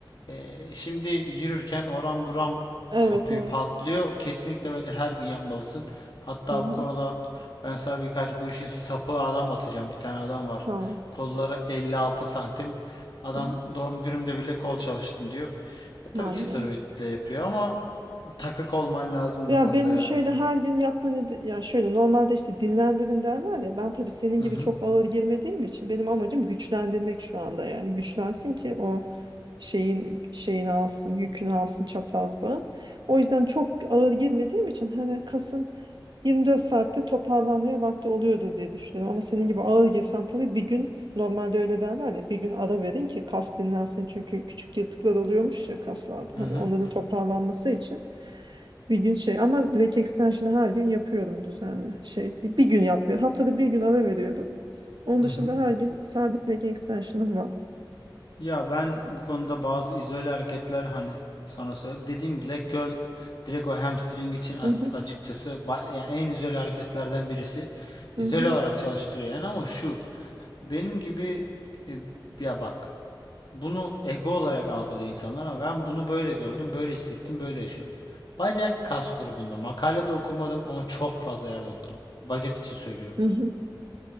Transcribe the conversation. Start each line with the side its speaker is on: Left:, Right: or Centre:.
Left: E, şimdi yürürken oram buram
Right: Evet
Left: kopuyor,
Right: evet.
Left: patlıyor. Kesinlikle bence her gün yapmalısın. Hatta
Right: Hı hı.
Left: bu konuda ben sana birkaç bu işin sapı adam atacağım. Bir tane adam var.
Right: Tamam.
Left: Kolları 56 santim. Adam
Right: Ha,
Left: doğum günümde bile kol çalıştım diyor. E, tabii
Right: manyak.
Left: ki steroidle yapıyor ama takık olman lazım
Right: Ya
Left: bu konuda
Right: benim
Left: yani.
Right: şöyle her gün yapma nede- ya şöyle normalde işte dinlendirin derler ya ben tabii senin
Left: Hı
Right: gibi
Left: hı.
Right: çok ağır girmediğim için benim amacım güçlendirmek şu anda yani güçlensin ki o şeyin şeyini alsın yükünü alsın çapraz bağın. O yüzden çok ağır girmediğim için hani kasın 24 saatte toparlanmaya vakti oluyordur diye düşünüyorum. Ama senin gibi ağır girsem tabii bir gün normalde öyle derler ya bir gün ara verin ki kas dinlensin. Çünkü küçük yırtıklar oluyormuş ya kaslarda. Hani
Left: Hı hı.
Right: onların toparlanması için bir gün şey ama leg extension'ı her gün yapıyorum düzenli. Şey değil, bir gün yapmıyorum. Haftada bir gün ara veriyorum. Onun
Left: Hı
Right: dışında
Left: hı.
Right: her gün sabit leg extension'ım var.
Left: Ya ben bu konuda bazı izole hareketler hani sana söyleyeyim. Dediğim Black leg curl direkt o hamstring için as-
Right: Mhm,
Left: açıkçası ba- yani en izole hareketlerden birisi.
Right: mhm,
Left: İzole olarak çalıştırıyor yani ama şu benim gibi e, ya bak bunu ego olarak algılıyor insanlar ama ben bunu böyle gördüm, böyle hissettim, böyle yaşıyorum. Bacak kas grubunda makalede okumadım ama çok fazla yerde okudum. Bacak için söylüyorum.
Right: mhm,